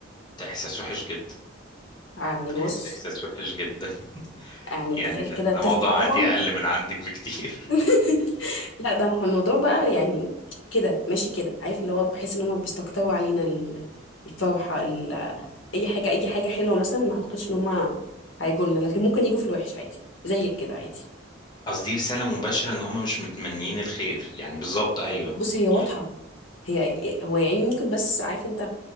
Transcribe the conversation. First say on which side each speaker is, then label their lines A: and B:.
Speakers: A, on the left; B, on the left.
A: ده احساس وحش جدا
B: يعني بص
A: إحس- احساس وحش جدا <laughs>
B: يعني
A: يعني
B: تخيل
A: ده
B: كده
A: ده
B: طفله
A: موضوع
B: طبعا
A: عندي اقل من عندك بكتير
B: <laughs> لا ده احنا الموضوع بقى يعني كده ماشي كده عارف اللي هو بحس ان هم بيستقطبوا علينا ال- الفرحه ال...
A: آه.
B: اي حاجه اي حاجه حلوه مثلا ما اعتقدش ان هم هيجوا لنا لكن ممكن يجوا في الوحش عادي زيك كده عادي
A: قصدي رسالة مباشرة ان هم مش متمنيين الخير يعني بالظبط ايوه
B: بص هي واضحه
A: يعني
B: هي هو يعني ممكن بس عارف انت